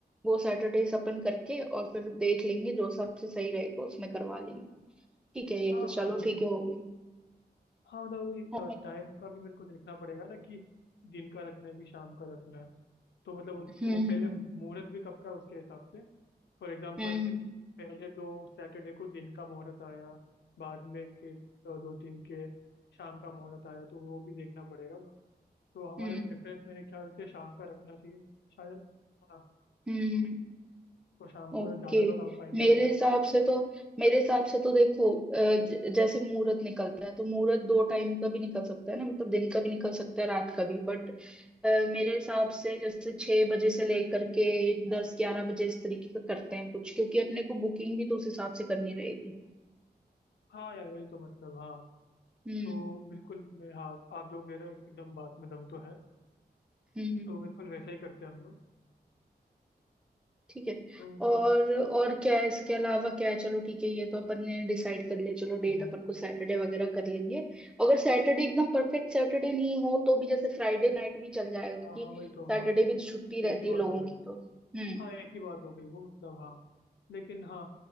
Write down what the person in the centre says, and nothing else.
वो सैटरडेज अपन करके और फिर देख लेंगे जो सबसे सही रहेगा उसमें करवा लेंगे ठीक है ये
तो चलो
ठीक है हो गई
और-
हम्म
हम्म
हम्म हम्म
हम्म
हम्म हम्म।
ओके
मेरे
हिसाब से तो मेरे हिसाब से तो देखो अ, ज- जैसे मुहूर्त निकलता है तो मुहूर्त दो टाइम का भी निकल सकता है ना मतलब दिन का भी निकल सकता है रात का भी बट मेरे हिसाब से जैसे छह बजे से लेकर के दस ग्यारह बजे इस तरीके का करते हैं कुछ क्योंकि अपने को बुकिंग भी तो उस हिसाब से करनी रहेगी
हम्म
हम्म हम्म
ठीक है
और
और क्या है इसके अलावा क्या है चलो ठीक है ये तो अपन ने डिसाइड कर लिया चलो डेट
अपन को सैटरडे वगैरह कर लेंगे अगर सैटरडे एकदम परफेक्ट सैटरडे नहीं हो तो भी जैसे फ्राइडे नाइट भी चल जाएगा क्योंकि
सैटरडे भी छुट्टी
रहती
है लोगों
की तो हम्म